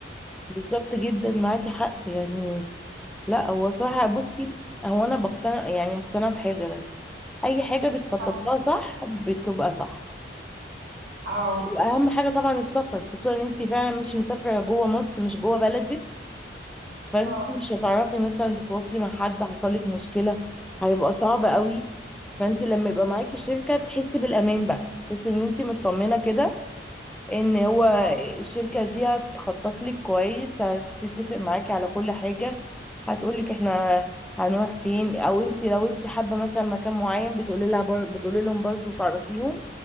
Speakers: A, in the centre; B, on the right.
A: بالظبط جدا معاكي حق يعني لا هو صراحة بصي هو انا بقتنع يعني مقتنعة بحاجة بس اي حاجة بتخطط
B: اه
A: لها صح بتبقى صح
B: اه
A: واهم حاجة طبعا السفر خصوصا ان انت فعلا مش مسافرة جوه مصر مش جوه بلدك فانت
B: اه
A: مش هتعرفي مثلا تتواصلي مع حد حصلك مشكلة هيبقى صعب قوي فانت لما يبقى معاكي شركة تحسي بالامان بقى تحسي ان انت مطمنة كده ان هو
B: بالظبط
A: الشركة دي هتخطط لك كويس هتتفق معاكي على كل حاجة هتقولك احنا هنروح فين او انت لو انت حابة مثلا مكان معين بتقولي لها بر... بتقولي لهم برضه تعرفيهم